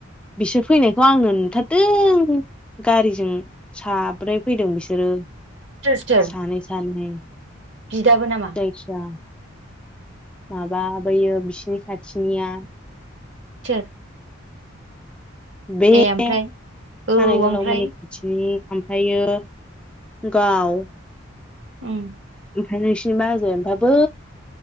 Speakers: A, in the centre; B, on the right (about 65°).
A: बिसोर फैनायखौ आंनो नुथारदों गारिजों साब्रै फैदों बिसोरो
B: सोर सोर
A: सानै सानै
B: बिदाबो नामा
A: जायखिया माबा बैयो बिसिनि खाथिनिया
B: सोर?
A: बे
B: ए ओमफ्राय
A: खानाय
B: औ
A: गोलावमोननि
B: ओमफ्राय
A: खाथिनि ओमफ्रायो गाव
B: ओम
A: ओमफ्राय नोंसिनि माजों ओमफाय बै